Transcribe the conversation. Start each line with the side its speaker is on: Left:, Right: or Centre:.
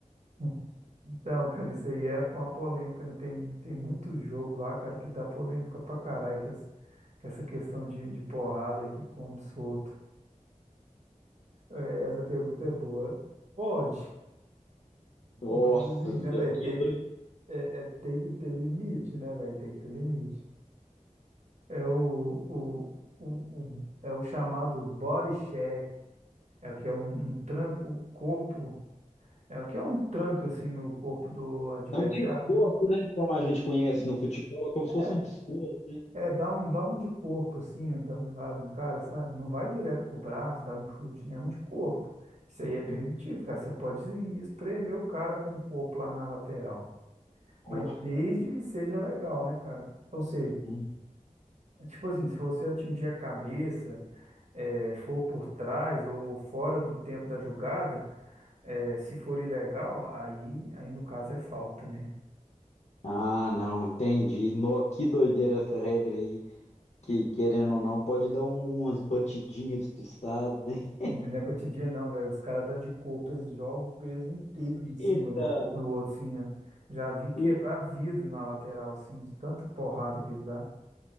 Right: <laughs> Então, cara, isso aí é uma polêmica, né? Tem, tem muito jogo lá, cara, que dá polêmica pra caralho, que, essa que essa questão de, de porrada que come solto. É, essa pergunta é boa. Pode.
Left: Nossa
Right: Mas assim,
Left: senhora,
Right: né, velho?
Left: que
Right: Tem
Left: doido.
Right: que, é, é- tem que ter limite, né, velho? Tem que ter limite. É o, o, o, o- é o chamado body check, é o que é um, um tranco corpo, é o que é um tranco assim no corpo do adversário,
Left: É um descorpo,
Right: né?
Left: né? Como a gente conhece no futebol, é como se
Right: É,
Left: fosse um descorpo, né?
Right: é, é dar um, dar um de corpo assim, dar um lado no cara, sabe? Não vai direto com o braço, dar um chute, né? É Um de corpo. Isso aí é permitido,
Left: Hum,
Right: cara. Você pode espremer o cara com o corpo lá na lateral. Mas
Left: ó,
Right: desde que seja legal, né, cara? Ou seja,
Left: hum,
Right: é tipo assim, se você atingir a cabeça, é, for por trás ou fora do tempo da jogada, é, se for ilegal, aí, aí no caso é falta, né?
Left: Ah, não, entendi. No, que doideira essa regra aí, que querendo ou não, pode dar um- umas batidinhas despistadas, né?
Right: Mas não é batidinha não, velho. Os caras dão de corpo, eles jogam o peso inteiro em cima
Left: Eita,
Right: do corpo do outro, assim, ó. Já vi quebrar
Left: e,
Right: vidro na lateral, assim, de tanta porrada que eles dão.